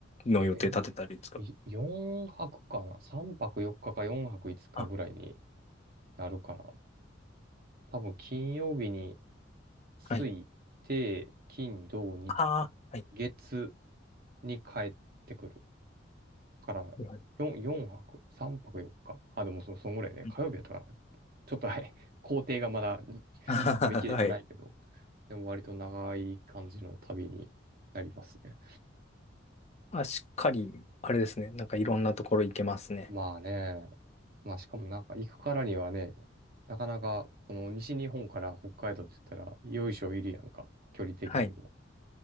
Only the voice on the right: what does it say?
えー、4泊かな ?3 泊4日か4泊5日ぐらいに
なるかな多分金曜日に着いて、
金、土、日、
月に帰ってくるから、
4、4泊 ?3 泊4日。あ、でもそ、そんぐらいね。
火曜日やったから、ちょっとはい、工程がまだ
見切れてないけど、
でも割と長い感じの旅になりますね。
まあね、まあしかもなんか行くからにはね、なかなかこの西日本から北海道って言ったら、よいしょいるやんか、距離的にも。